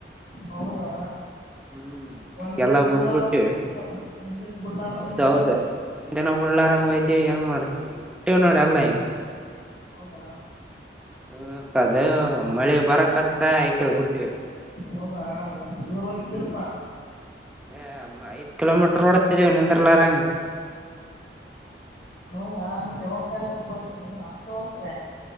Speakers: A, on the left; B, in the centre.
A: ಹೌದಾ
B: ಹ್ಮ್
A: ಒಂದ್
B: ಈಗೆಲ್ಲಾ
A: ದಿವಸ ಬಿಡಲಾರದಂಗ
B: ಬಿಟ್ಬಿಟ್ಟಿವಿ
A: ಹೋಗಿದ್ರ ಒಂದ್ ದಿವಸ ಬಿಡಲಾರದಂಗೆ
B: ಹೌದೌದು
A: ಹೋಗಿದ್ರ ಅಂತ
B: ಒಂದಿನ ಬಳ್ಳಾರಂಗ ವೈದ್ಯ ಏನ್ ಮಾಡುತ್ತೆ ಈಗ ಬುಟ್ಟೆ ನಡಿ
A: ಹ
B: ಎಲ್ಲ ಈಗ
A: ಹೌದಾ
B: ಹ್ಮ ಕದೇ ಮಳೆ ಬರಕ್ಕತ್ತ ಆಯಕಲ್ ಬಿಟ್ವಿ
A: ಹೌದಾ ದೂರ ಹೋಯ್ತಿದ್ರಪಾ
B: ಹ್ಮ್ ಹೆ ಐ ಕಿಲೋಮೀಟರ್ ಓಡುತ್ತಿದಿವಿ ನಿಂದರ ಅಲಾರಂಗ್
A: ಹುನವ ಮತ್ತೆ ಯಾವಾಗ ಕಾಲೇಜಕ್ ಬರ್ತದೆ ತೋಡ್ತರ